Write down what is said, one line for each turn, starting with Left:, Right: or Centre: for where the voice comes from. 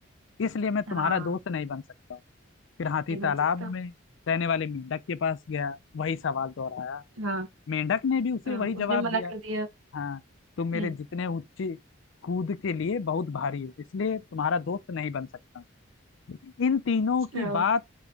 Left: इसलिए मैं तुम्हारा
Right: हाँ
Left: दोस्त नहीं बन सकता हूँ फिर हाथी
Right: ये
Left: तालाब
Right: बन सकता
Left: में रहने वाले मेंढक के पास गया वही सवाल दोहराया
Right: हाँ
Left: मेंढक ने भी उसे
Right: हाँ
Left: वही
Right: उसने
Left: जवाब
Right: मना
Left: दिया
Right: कर दिया
Left: हाँ तुम मेरे
Right: हम्म
Left: जितने ऊंचे कूद के लिए बहुत भारी हो इसलिए तुम्हारा दोस्त नहीं बन सकता इन तीनों
Right: अच्छा
Left: की बात